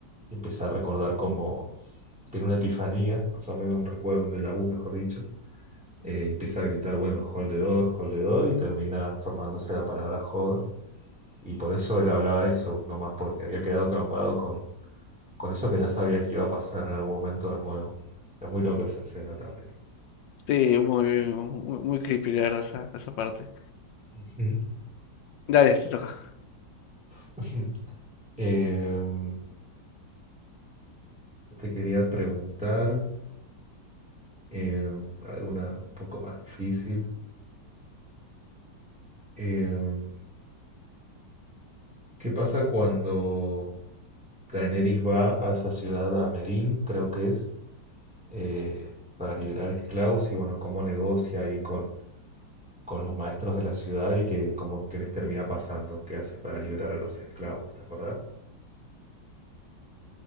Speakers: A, in the centre; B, on the left.
A: empieza a recordar cómo tiene una epifanía, más o menos un recuerdo, un déjà vu, mejor dicho. Eh, empieza a gritar, bueno, hold the door, hold the door, y termina formándose la palabra joder. Y por eso él hablaba eso, nomás porque había quedado traumado con, con eso que ya sabía que iba a pasar en algún momento de nuevo. Es muy loca esa escena también.
B: Sí, muy, muy, muy creepy, la verdad, esa, esa parte.
A: Ujú.
B: Dale, te toca.
A: <laughs> Eh, te quería preguntar eh, alguna un poco más difícil. Eh, ¿qué pasa cuando Daenerys va a esa ciudad, a Meereen, creo que es, eh, para liberar esclavos y bueno, cómo negocia ahí con, con los maestros de la ciudad y que como que les termina pasando, qué hace para liberar a los esclavos, ¿te acordás?